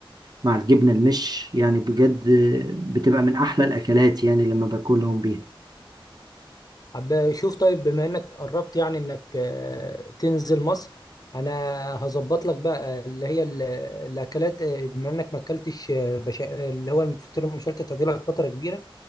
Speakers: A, on the right; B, on the left.
A: مع الجبنة المش يعني بجد بتبقى من أحلى الأكلات يعني لما باكلهم بيها
B: عب شوف طيب بما انك قربت يعني انك آه، تنزل مصر انا هظبط لك بقى آه، اللي هي ال- الاكلات آه، بما انك ما اكلتش آه، بشا... اللي هو الفطير المشلتت هتجيلك فتره كبيره